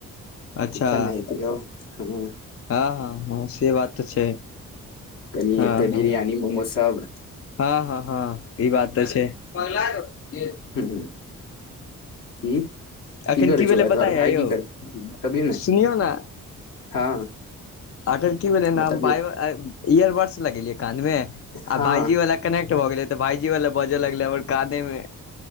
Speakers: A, on the left; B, on the left.
A: अच्छा
B: कखन ने हेति यौ ह
A: हँ हँ हँ से बात तऽ छै
B: कनि
A: हँ
B: एते
A: हँ
B: बिरियानी मोमोज सब
A: हँ हँ हँ ई बात तऽ छै पगला करै छियै
B: ह की की
A: अखन
B: करै छौ
A: भेलै
B: आय तोर
A: पता
B: भाय
A: य यौ
B: की करै कभी ने
A: सुनियौ ने
B: हँ
A: अखन की भेलै
B: बतबियौ
A: न इयर बड्स लगेलियै कान मे आ
B: हँ
A: भाईजी वाला कनेक्ट भऽ गेलै तऽ भाईजी वाला बजऽ लगले हमर काने मे